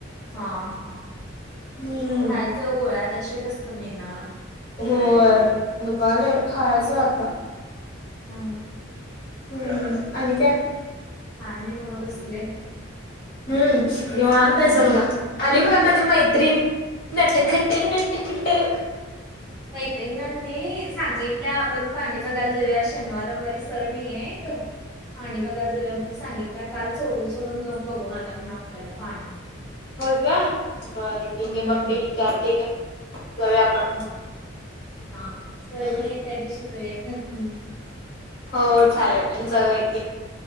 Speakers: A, in the centre; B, on the left (about 45°).
A: हां हा
B: हम्म
A: कायच गोळ्यातशय कस कमी येणार
B: होय दुकाल खायचं आता
A: हा
B: ह्म आणि काय
A: काय नाही मग बसले
B: हम्म निव अतायस
A: हम्म.
B: बघ आली बघा माझी मैत्रीिण नट खट्टे नट खट्टे
A: काहीतरी ना नाही सांगितलं आपण पाणी बघायला जाऊया शनिवार रववारी सर नाही आहेेत पाणी बघाय जऊया म्हणून सांगितल्या काल सोडून सोडून जाऊन बघून आल्या म्हण आपल्याला पाणी
B: होय का बरं ठीक
A: हम्म
B: आहे बघ ते विचारतेठीक आहे जाऊ आपण
A: ह हा सर
B: हम्म
A: नाहीय त्या दिवशीच आहे की आपण
B: हो चालेल जाऊ की